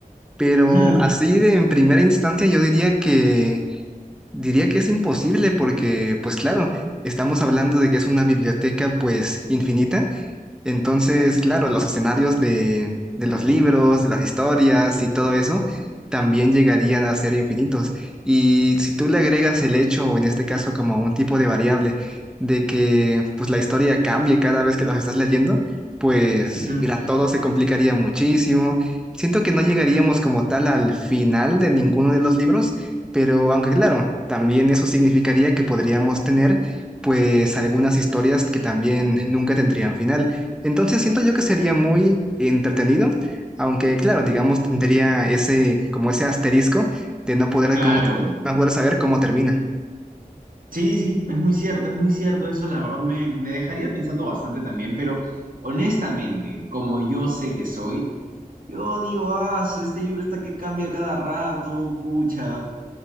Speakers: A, in the centre; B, on the right.
A: pero
B: <laughs>
A: así de en primera instancia yo diría que diría que es imposible porque, pues claro, estamos hablando de que es una biblioteca pues infinita entonces, claro, los escenarios de, de los libros, de las historias y todo eso también llegarían a ser infinitos. Y si tú le agregas el hecho, o en este caso como un tipo de variable, de que pues la historia cambie cada vez que los estás leyendo, pues
B: Ujú,
A: mira,
B: ujú.
A: todo se complicaría muchísimo. Siento que no llegaríamos como tal al final de ninguno de los libros, pero aunque claro, también eso significaría que podríamos tener pues algunas historias que también nunca tendrían final. Entonces siento yo que sería muy entretenido, aunque claro, digamos, tendría ese, como ese asterisco de no poder,
B: Claro.
A: cómo, no poder saber cómo termina.
B: Sí, sí, es muy cierto, es muy cierto eso, la verdad me, me dejaría pensando bastante también, pero honestamente, como yo sé que soy, yo digo, ah, su- este libro está que cambia cada rato, pucha,